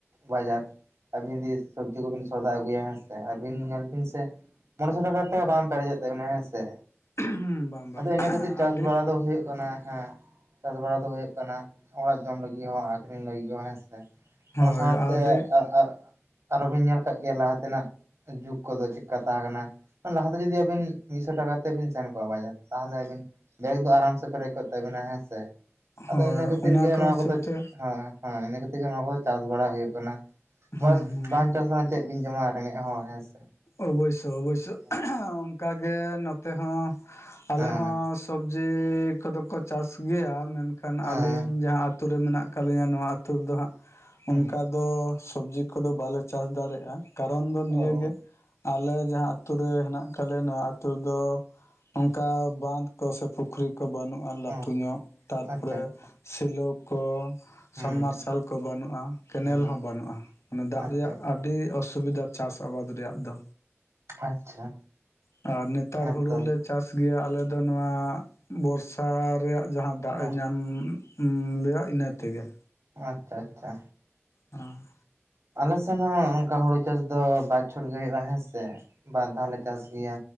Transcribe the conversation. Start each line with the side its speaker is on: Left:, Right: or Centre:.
Right: ᱵᱟᱡᱟᱨ ᱟᱹᱵᱤᱱ ᱡᱩᱫᱤ ᱥᱚᱵᱽᱡᱤ ᱠᱚᱵᱤᱱ ᱥᱚᱫᱟ ᱟᱹᱜᱩᱭᱟ ᱦᱮᱸ ᱟᱹᱵᱤᱱ ᱧᱮᱞ ᱵᱤᱱ ᱥᱮ ᱢᱚᱬᱮ ᱥᱚ ᱴᱟᱠᱟ ᱛᱮ ᱦᱚᱸ ᱵᱟᱝ ᱯᱮᱨᱮᱡᱚᱜ ᱛᱟᱵᱤᱱᱟ ᱦᱮᱸ ᱥᱮ᱾
Left: ᱦᱩᱸ ᱵᱟᱝ ᱵᱟᱝ
Right: ᱟᱫᱚ ᱤᱱᱟᱹ ᱠᱷᱟᱹᱛᱤᱨ ᱪᱟᱥ
Left: ᱟᱹᱰᱤ
Right: ᱵᱟᱲᱟ ᱫᱚ ᱦᱩᱭᱩᱜ ᱠᱟᱱᱟ ᱦᱮᱸ᱾ ᱪᱟᱥ ᱵᱟᱲᱟ ᱫᱚ ᱦᱩᱭᱩᱜ ᱠᱟᱱᱟ ᱚᱲᱟᱜ ᱡᱚᱢ ᱞᱟᱹᱜᱤᱫ ᱦᱚᱸ ᱟᱹᱠᱷᱨᱤᱧ ᱞᱟᱹᱜᱤᱫ ᱦᱚᱸ ᱦᱮᱸ ᱥᱮ᱾ ᱚᱱᱟ
Left: ᱦᱳᱭ
Right: ᱥᱟᱶᱛᱮ
Left: ᱟᱹᱰᱤ
Right: ᱟᱨ ᱟᱨ ᱟᱨᱚᱵᱤᱱ ᱧᱮᱞ ᱠᱟᱜ ᱜᱮᱭᱟ ᱞᱟᱦᱟ ᱛᱮᱱᱟᱜ ᱡᱩᱜᱽ ᱠᱚᱫᱚ ᱪᱮᱫᱠᱟ ᱛᱟᱦᱮᱸ ᱠᱟᱱᱟ᱾ ᱞᱟᱦᱟᱛᱮ ᱡᱩᱫᱤ ᱟᱹᱵᱤᱱ ᱢᱤᱫᱥᱚ ᱴᱟᱠᱟ ᱟᱛᱮᱫ ᱵᱤᱱ ᱥᱮᱱ ᱠᱚᱜᱼᱟ ᱵᱟᱡᱟᱨ ᱛᱟᱦᱚᱞᱮ ᱟᱹᱵᱤᱱ ᱵᱮᱜᱽ ᱫᱚ ᱟᱨᱟᱢ ᱥᱮ ᱯᱮᱨᱮᱡ ᱠᱚᱜ ᱛᱟᱵᱮᱱᱟ ᱦᱮᱸ ᱥᱮ, ᱟᱫᱚ
Left: ᱦᱳᱭ
Right: ᱤᱱᱟᱹ ᱠᱷᱟᱹᱛᱤᱨ
Left: ᱚᱱᱟ
Right: ᱜᱮ
Left: ᱠᱚ
Right: ᱱᱚᱣᱟ
Left: ᱦᱤᱥᱟᱹᱵ
Right: ᱠᱚᱫᱚ
Left: ᱛᱮ
Right: ᱦᱮᱸ ᱦᱮᱸ ᱤᱱᱟᱹ ᱠᱷᱟᱹᱛᱤᱨ ᱜᱮ ᱱᱚᱣᱟ ᱠᱚᱫᱚ ᱪᱟᱥ ᱵᱟᱲᱟ ᱦᱩᱭᱩᱜ ᱠᱟᱱᱟ,
Left: ᱦᱩᱸ
Right: ᱵᱟᱥ
Left: ᱦᱩᱸ
Right: ᱵᱟᱝ ᱪᱟᱥ ᱞᱮᱠᱷᱟᱱ ᱪᱮᱫ ᱵᱤᱱ ᱡᱚᱢᱟ ᱨᱮᱸᱜᱮᱡ ᱦᱚᱲ᱾ ᱦᱮᱸ ᱥᱮ᱾
Left: ᱚᱵᱚᱥᱳ ᱚᱵᱚᱥᱳ
Right: ᱦᱳᱭ
Left: ᱚᱱᱠᱟᱜᱮ ᱱᱚᱛᱮ ᱦᱚᱸ ᱟᱞᱮ
Right: ᱦᱮᱸ
Left: ᱦᱚᱸ ᱥᱚᱵ ᱡᱤ ᱠᱚᱫᱚ ᱠᱚ ᱪᱟᱥ ᱜᱮᱭᱟ ᱢᱮᱱᱠᱷᱟᱱ
Right: ᱦᱮᱸ
Left: ᱟᱹᱞᱤᱧ ᱡᱟᱦᱟᱸ ᱟᱛᱳ ᱨᱮ ᱢᱮᱱᱟᱜ ᱟᱠᱟᱫ ᱞᱤᱧᱟ ᱱᱚᱣᱟ ᱟᱛᱳ ᱨᱮᱫᱚ ᱦᱟᱸᱜ
Right: ᱦᱮᱸ
Left: ᱚᱱᱠᱟ ᱫᱚ ᱥᱚᱵᱽᱡᱤ ᱠᱚᱫᱚ ᱵᱟᱞᱮ ᱪᱟᱥ ᱫᱟᱲᱮᱭᱟᱜᱼᱟ᱾ ᱠᱟᱨᱚᱱ ᱫᱚ ᱱᱤᱭᱟᱹᱜᱮ
Right: ᱚ
Left: ᱟᱞᱮ ᱡᱟᱦᱟᱸ ᱟᱛᱳ ᱨᱮ ᱦᱮᱱᱟᱜ ᱟᱠᱟᱫ ᱞᱮᱭᱟ ᱱᱚᱣᱟ ᱟᱛᱳ ᱨᱮᱫᱚ ᱚᱱᱠᱟ ᱵᱟᱸᱫᱽ ᱠᱚ ᱥᱮ ᱯᱩᱠᱷᱨᱤ ᱠᱚ ᱵᱟᱹᱱᱩᱜ ᱟᱨ ᱞᱟᱹᱴᱩ
Right: ᱚ
Left: ᱧᱚᱜ ᱛᱟᱨᱯᱚᱨᱮ
Right: ᱟᱪᱪᱷᱟ ᱟᱪᱪᱷᱟ
Left: ᱥᱮᱞᱚ ᱠᱚ,
Right: ᱦᱩᱸ
Left: ᱥᱟᱢ ᱢᱟᱨᱥᱟᱞ ᱠᱚ ᱵᱟᱹᱱᱩᱜ-ᱟ, ᱠᱮᱱᱮᱞ
Right: ᱦᱩᱸ
Left: ᱦᱚᱸ ᱵᱟᱹᱱᱩᱜ-ᱟ, ᱢᱟᱱᱮ ᱫᱟᱜ
Right: ᱟᱪᱪᱷᱟ
Left: ᱨᱮᱭᱟᱜ
Right: ᱟᱪᱪᱷᱟ
Left: ᱟᱹᱰᱤ ᱚᱥᱩᱵᱤᱫᱟ᱾ ᱪᱟᱥ ᱟᱵᱟᱫᱽ ᱨᱮᱭᱟᱜ ᱫᱚ᱾
Right: ᱟᱪᱪᱷᱟ
Left: ᱟᱨ ᱱᱮᱛᱟᱨ
Right: ᱦᱮᱸ
Left: ᱦᱩᱲᱩ
Right: ᱛᱚ᱾
Left: ᱞᱮ ᱪᱟᱥ ᱜᱮᱭᱟ ᱟᱞᱮ ᱫᱚ ᱱᱚᱣᱟ, ᱵᱚᱨᱥᱟ ᱨᱮᱭᱟᱜ ᱡᱟᱦᱟᱸ ᱫᱟᱜ
Right: ᱚ
Left: ᱮ ᱧᱟᱢ ᱦᱩᱸ <unintelligible> ᱤᱱᱟᱹ ᱛᱮᱜᱮ᱾
Right: ᱟᱪᱪᱷᱟ, ᱟᱪᱪᱷᱟ᱾
Left: ᱚᱸ
Right: ᱟᱞᱮ ᱥᱮᱱ ᱦᱚᱸ ᱚᱱᱠᱟ ᱦᱳᱲᱩ ᱪᱟᱥ ᱫᱚ ᱵᱟᱪᱷᱚᱨ ᱜᱮ ᱦᱩᱭᱩᱜᱭ-ᱟ᱾ᱦᱮᱸᱥᱮ ᱵᱟᱨ ᱫᱷᱟᱣᱞᱮ ᱪᱟᱥ ᱜᱮᱭᱟ